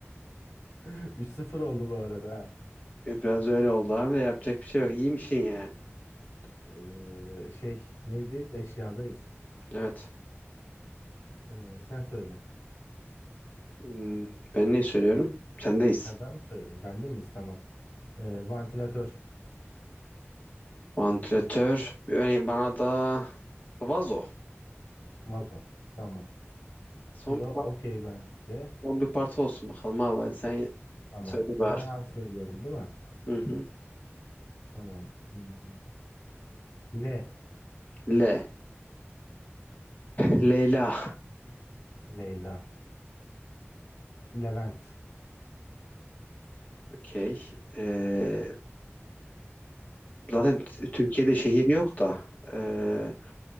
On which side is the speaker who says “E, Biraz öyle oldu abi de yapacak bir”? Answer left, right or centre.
Left